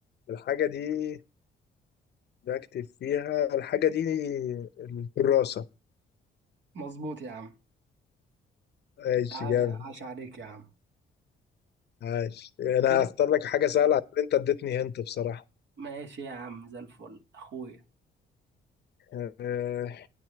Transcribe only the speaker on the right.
مظبوط يا عم
تع-
عاش عليك يا عم
كده
ماشي يا عم زي الفل اخويا